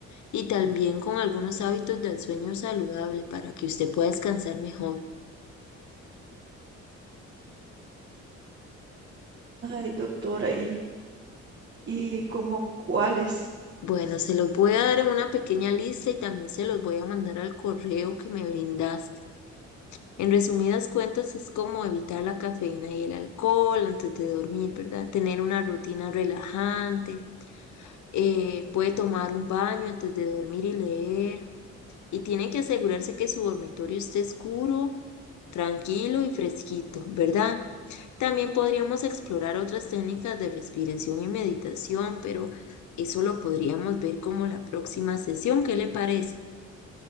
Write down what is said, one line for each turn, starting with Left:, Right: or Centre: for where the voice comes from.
Left: y también con algunos hábitos del sueño saludable para que usted pueda descansar mejor.
Right: Ay, doctora, ¿y, y como cuáles.
Left: Bueno, se los voy a dar en una pequeña lista y también se los voy a mandar al correo que me brindaste. En resumidas cuentas, es como evitar la cafeína y el alcohol antes de dormir, ¿verdad? Tener una rutina relajante, eh, puede tomar un baño antes de dormir y leer Y tienen que asegurarse que su dormitorio esté oscuro, tranquilo y fresquito, ¿verdad? También podríamos explorar otras técnicas de respiración y meditación, pero eso lo podríamos ver como la próxima sesión. ¿Qué le parece?